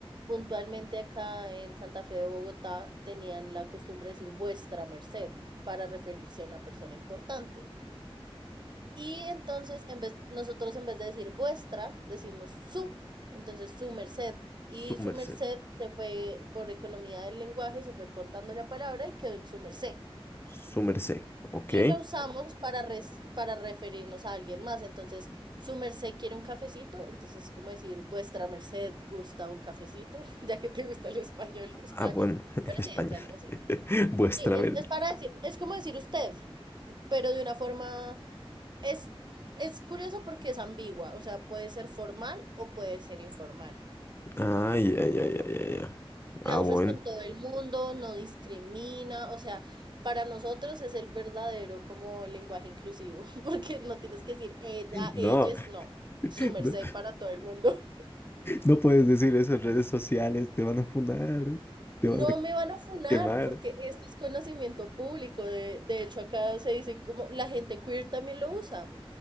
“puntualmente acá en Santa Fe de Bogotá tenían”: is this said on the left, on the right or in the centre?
Right